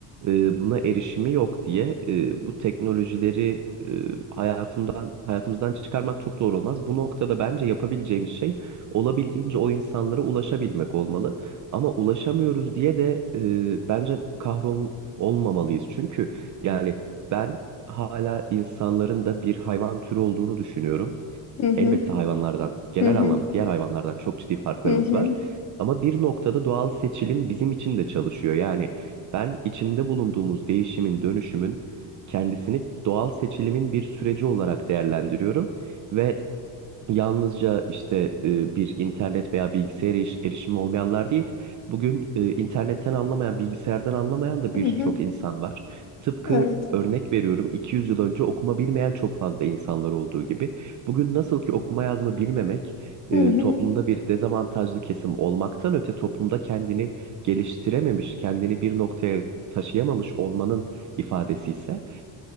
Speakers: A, on the right; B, on the left.
A: e, buna erişimi yok diye e, bu teknolojileri e, hayatımdan hayatımızdan çıkarmak çok doğru olmaz. Bu noktada bence yapabileceğimiz şey olabildiğince o insanlara ulaşabilmek olmalı. Ama ulaşamıyoruz diye de e, bence kahrol olmamalıyız. Çünkü yani ben hala insanların da bir hayvan türü olduğunu düşünüyorum
B: hı hı,
A: Elbette hayvanlardan, genel
B: hı hı,
A: anlamda diğer hayvanlardan çok ciddi farklarımız
B: hı hı,
A: var. Ama bir noktada doğal seçilim bizim için de çalışıyor. Yani ben içinde bulunduğumuz değişimin, dönüşümün kendisini doğal seçilimin bir süreci olarak değerlendiriyorum ve yalnızca işte e, bir internet veya bilgisayara eriş- erişimi olmayanlar değil, bugün e, internetten anlamayan, bilgisayardan anlamayan da birçok
B: hı hı.
A: insan var. Tıpkı
B: Evet.
A: örnek veriyorum 200 yıl önce okuma bilmeyen çok fazla insanlar olduğu gibi. Bugün nasıl ki okuma yazma bilmemek e,
B: Hı hı.
A: toplumda bir dezavantajlı kesim olmaktan öte toplumda kendini geliştirememiş, kendini bir noktaya taşıyamamış olmanın ifadesi ise